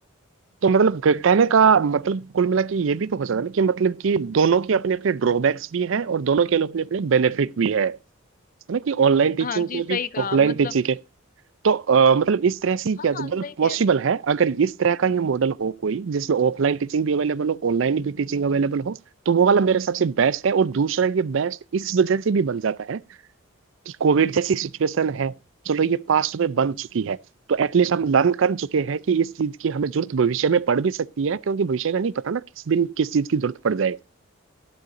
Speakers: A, on the right; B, on the left.
A: तो मतलब क- कहने का मतलब कुल मिला के ये भी तो हो जाता है ना कि मतलब कि दोनों की अपने अपने ड्रॉबैक्स भी हैं और दोनों के अपने अपने बेनिफिट भी है है ना कि ऑनलाइन टीचिंग
B: हाँ जी
A: के
B: सही
A: भी
B: कहा
A: ऑफलाइन
B: मतलब
A: टीचिंग है तो अ, मतलब इस तरह से ही
B: हाँ
A: क्या मतलब
B: हाँ सही
A: पॉसिबल
B: कह रहे हो
A: है अगर इस तरह का ये मॉडल हो कोई जिसमें ऑफलाइन टीचिंग भी अवेलेबल हो ऑनलाइन भी टीचिंग अवेलेबल हो तो वो वाला मेरे हिसाब से बेस्ट है और दूसरा ये बेस्ट इस वजह से भी बन जाता है कि कोविड जैसी सिचुएशन है चलो ये पास्ट में बन चुकी है तो एटलीस्ट हम लर्न कर चुके हैं कि इस चीज की हमें जरूरत भविष्य में पड़ भी सकती है क्योंकि भविष्य का नहीं पता ना किस दिन किस चीज की जरूरत पड़ जाए